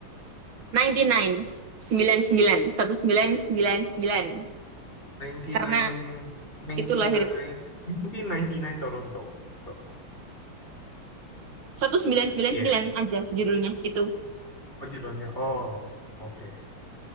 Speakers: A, on the right (about 70°); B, on the left (about 25°).
A: sembilan puluh sembilan sembilan 99 sembilan seribu sembilan ratus sembilan puluh sembilan.
B: 99
A: karena itu
B: 99 1999
A: lahir
B: Toronto. Tuh.
A: seribu sembilan ratus sembilan
B: Iya,
A: puluh sembilan aja judulnya itu
B: Oh judulnya. Oh, oke.